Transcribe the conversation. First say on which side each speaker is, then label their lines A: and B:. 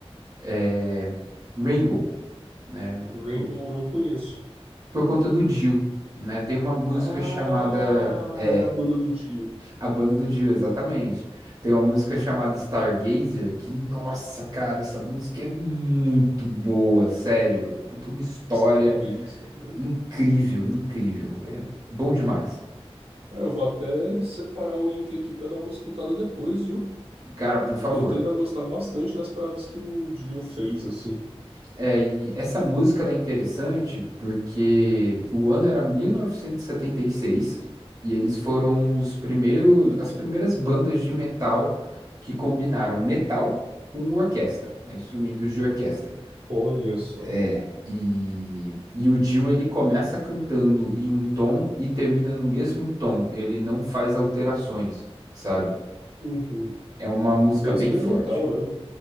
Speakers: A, on the right (about 35°); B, on the right (about 70°).
A: é Rainbow, né? O-
B: Rainbow
A: Por,
B: eu não conheço.
A: por conta do Dio, né? Tem uma música
B: Ah,
A: chamada é,
B: era a banda do Dio.
A: a banda do Dio, exatamente. Tem uma música chamada Stargazer que, nossa, cara, essa música é muito boa, sério. Conta uma história.
B: Stargazer, né?
A: Incrível, incrível. É bom demais.
B: Cara, eu vou até separar o link aqui pra dar uma escutada depois, viu?
A: Cara, por favor.
B: Que eu tendo a gostar bastante das paradas que o Dio fez, assim.
A: É, e essa música ela é interessante porque o ano era 1976 e setenta e seis e eles foram um dos primeiros, as primeiras bandas de metal que combinaram metal com orquestra, né, instrumentos de orquestra.
B: Olha só.
A: É, E, e o Dio ele começa cantando em um tom e termina no mesmo tom. Ele não faz alterações, sabe?
B: Uhum.
A: É uma música
B: Bem
A: bem
B: experimental,
A: forte.
B: né?